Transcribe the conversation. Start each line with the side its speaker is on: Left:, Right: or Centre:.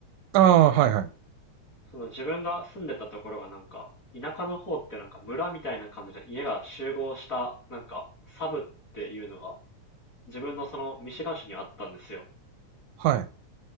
Right: ああ、はいはい。
Left: その自分が住んでたところがなんか、田舎の方ってなんか村みたいな感じで家が集合した、なんか、サブっていうのが、自分のそのミシガン州にあったんですよ。
Right: はい。